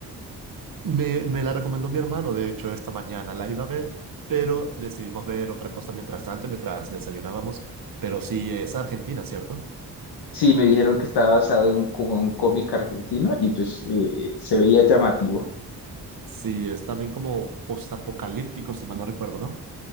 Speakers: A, on the right; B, on the left.
A: Me, me la recomendó mi hermano, de hecho, esta mañana la iba a ver, pero decidimos ver otra cosa mientras tanto, mientras desayunábamos. Pero sí, es Argentina, ¿cierto?
B: Sí, me dijeron que estaba basado en un, como un cómic argentino y pues eh, se veía llamativo.
A: Sí, es también como postapocalíptico, si mal no recuerdo, ¿no?